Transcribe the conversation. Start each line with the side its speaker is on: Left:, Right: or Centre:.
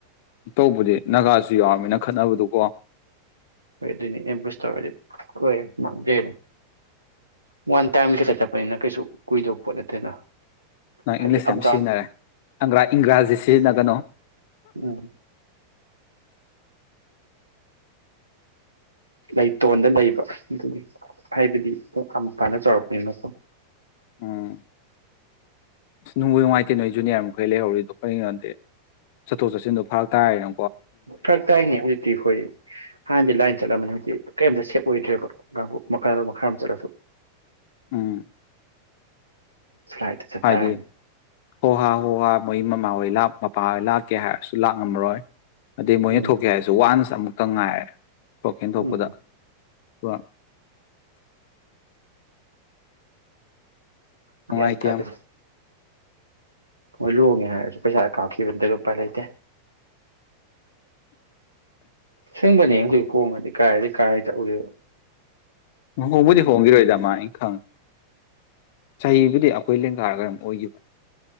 Left: ꯇꯧꯕꯗꯤ ꯅꯥꯒꯥꯁꯨ ꯌꯥꯎꯔꯕꯝꯃꯤꯅ ꯈꯠꯅꯕꯗꯨꯀꯣ
Right: ꯍꯣꯏ ꯑꯗꯨꯏꯅꯦ ꯑꯦꯝ ꯕꯨꯁ ꯇꯧꯔꯗꯤ ꯍꯣꯏ ꯃꯥꯡꯖꯩ ꯋꯥꯟ ꯇꯥꯏꯝ ꯈꯤꯇ ꯆꯠꯄꯅꯤꯅ ꯀꯩꯁꯨ ꯀꯨꯏꯗꯧꯕ ꯄꯣꯠ ꯅꯠꯇꯦꯅ
Left: ꯅꯪ
Right: ꯍꯥꯏꯗꯤ
Left: ꯏꯪꯂꯤꯁ
Right: ꯑꯞ
Left: ꯌꯥꯝ
Right: ꯗꯥꯎꯟ
Left: ꯁꯤꯖꯤꯟꯅꯔꯦ ꯏꯪꯒꯥꯔꯖꯤꯁꯦ ꯁꯤꯖꯤꯟꯅꯒꯅꯣ
Right: ꯎꯝ ꯂꯩꯇꯣꯟꯗ ꯂꯩꯕ ꯑꯗꯨꯒꯤ ꯍꯥꯏꯕꯗꯤ ꯌꯥꯝꯄꯥꯅ ꯆꯥꯎꯔꯛꯄꯅꯦꯅꯀꯣ
Left: ꯎꯝ ꯅꯨꯡꯕꯨ ꯅꯨꯡꯉꯥꯏꯇꯦ ꯅꯣꯏ ꯖꯨꯅꯤꯌꯥꯔ ꯃꯈꯩ ꯂꯩꯍꯧꯔꯤꯗꯣ ꯀꯔꯤꯒꯤꯅꯣꯗꯗꯤ ꯆꯠꯊꯣꯛ ꯆꯠꯁꯤꯟꯗꯣ ꯐꯔꯛ ꯇꯥꯔꯦꯅ
Right: ꯐꯔꯛꯇꯥꯏꯅꯦ ꯍꯧꯖꯤꯛꯇꯤ ꯍꯣꯏ ꯍꯥꯟꯅꯗꯤ ꯂꯥꯏꯟ ꯆꯠꯂꯝꯃꯅꯤ ꯍꯧꯖꯤꯛ ꯀꯔꯤꯝꯇ ꯁꯦꯞ ꯑꯣꯏꯗ꯭ꯔꯦꯕ ꯀꯥꯡꯕꯨ ꯃꯈꯜ ꯃꯈꯥ ꯑꯃ ꯆꯠꯂꯁꯨ
Left: ꯎꯝ
Right: ꯐ꯭ꯂꯥꯏꯠꯇ ꯆꯠꯇꯥꯔꯦꯅꯦ
Left: ꯍꯥꯏꯗꯤ ꯍꯣꯍꯥ ꯍꯣꯍꯥ ꯃꯣꯏ ꯃꯃꯥꯍꯣꯏ ꯃꯄꯥꯍꯣꯏ ꯂꯥꯛꯀꯦ ꯍꯥꯏꯔꯁꯨ ꯂꯥꯛꯂꯝ ꯉꯝꯃꯔꯣꯏ ꯑꯗꯩ ꯃꯣꯏꯅ
Right: ꯎꯝ
Left: ꯊꯣꯛꯀꯦ ꯍꯥꯏꯔꯁꯨ ꯋꯥꯟꯁ ꯑꯃꯨꯛ ꯀꯉꯥꯏ ꯇꯣꯛ ꯍꯦꯟꯗꯣꯛꯄꯗ
Right: ꯎꯝ
Left: ꯋꯥ
Right: ꯒꯌꯥꯟ
Left: ꯅꯨꯡꯉꯥꯏꯇꯦ
Right: ꯇꯗꯦꯁꯦ
Left: ꯌꯥꯝ
Right: ꯍꯣꯏ ꯂꯨꯍꯣꯡꯉꯦ ꯍꯥꯏꯔꯁꯨ ꯄꯩꯁꯥ ꯀꯥꯞꯈꯤꯕꯗ ꯎꯄꯥꯏ ꯂꯩꯇꯦ ꯑꯁꯦꯡꯕꯅꯦ ꯍꯣꯡꯉꯥꯗꯤ ꯀꯥꯏ ꯀꯥꯏ ꯇꯛ ꯎꯗꯣꯏꯕ
Left: ꯂꯨꯍꯣꯡꯕꯨꯗꯤ ꯍꯣꯡꯈꯤꯔꯣꯏꯗ ꯃ ꯑꯩ ꯈꯪꯉꯤ ꯆꯍꯤꯕꯨꯗꯤ ꯑꯩꯈꯣꯏ ꯂꯦꯡꯒꯥꯔꯒ ꯀꯩꯅꯣꯝ ꯑꯣꯏꯈꯤꯕꯅꯤ